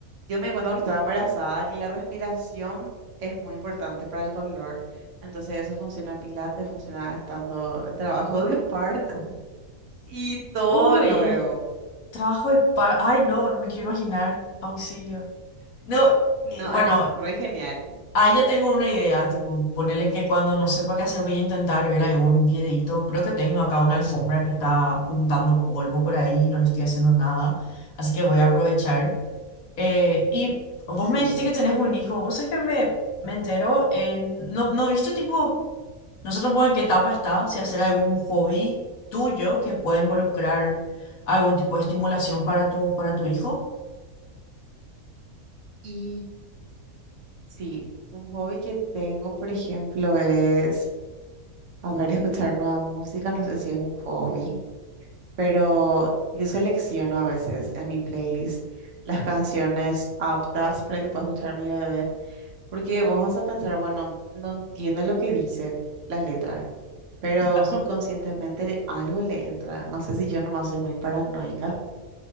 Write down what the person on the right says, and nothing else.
Yo me di cuenta cuando estaba embarazada que la respiración es muy importante para el dolor. Entonces eso funciona en pilates, funciona estando en trabajo <laughs> de parto y todo
luego.
No,
es re genial.
Sí.
Y sí, un hobby que tengo, por ejemplo, es, a ver, escuchar nueva música. No sé si es un hobby, pero yo selecciono a veces en mi playlist las canciones aptas para que pueda escuchar mi bebé Porque vos vas a pensar, bueno, no entiendo lo que dice la letra, pero
subconscientemente algo le entra. No sé si yo nomás soy muy paranoica.